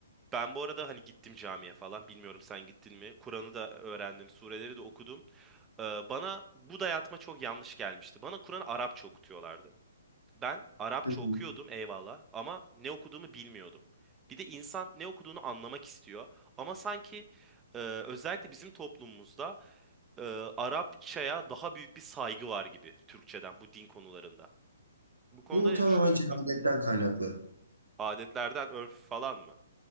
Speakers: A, on the right (about 15°); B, on the right (about 85°).
A: ben bu arada hani gittim camiye falan. Bilmiyorum sen gittin mi? Kur'an'ı da öğrendim, sureleri de okudum. Ee, bana bu dayatma çok yanlış gelmişti. Bana Kur'an Arapça okutuyorlardı. Ben Arapça
B: Hı hı.
A: okuyordum eyvallah ama ne okuduğumu bilmiyordum. Bir de insan ne okuduğunu anlamak istiyor. Ama sanki e, özellikle bizim toplumumuzda e, Arapçaya daha büyük bir saygı var gibi Türkçeden bu din konularında. Bu konuda
B: Bu
A: ne
B: tamamen
A: düşünüyorsun?
B: cehaletten kaynaklı.
A: Adetlerden, örf falan mı?